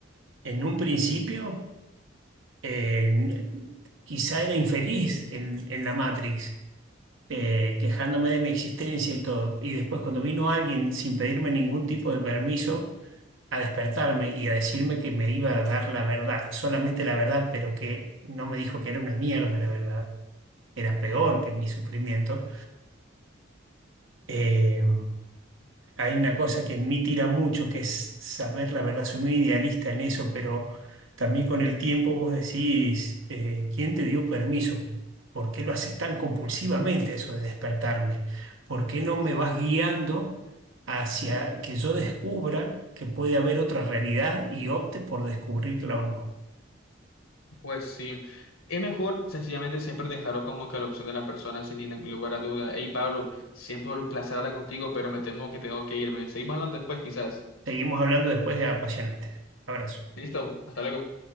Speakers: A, on the right; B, on the left.
A: en un principio, eh, n- quizá era infeliz en en la Matrix eh, quejándome de mi existencia y todo. Y después cuando vino alguien sin pedirme ningún tipo de permiso a despertarme y a decirme que me iba a dar la verdad, solamente la verdad, pero que no me dijo que era una mierda la verdad, era peor que mi sufrimiento, eh, hay una cosa que en mí tira mucho, que es saber la verdad. Soy muy idealista en eso, pero también con el tiempo vos decís, eh, ¿quién te dio permiso? ¿Por qué lo haces tan compulsivamente eso de despertarme? ¿Por qué no me vas guiando hacia que yo descubra que puede haber otra realidad y opte por descubrirla o no?
B: Pues sí, es mejor sencillamente siempre dejarlo como que a la opción de la persona sin ningún lugar a duda. Hey, Pablo, siempre un placer hablar contigo, pero me temo que tengo que irme. Seguimos hablando después, quizás.
A: Seguimos hablando después de apasionantes. Abrazo.
B: Listo, hasta luego.